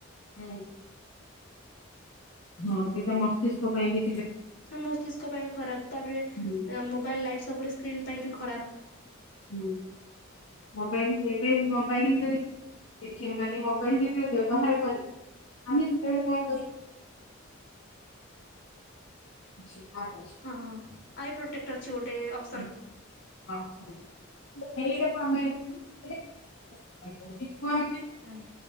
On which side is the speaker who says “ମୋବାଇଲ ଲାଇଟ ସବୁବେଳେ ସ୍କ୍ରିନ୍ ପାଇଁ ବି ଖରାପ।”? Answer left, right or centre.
Left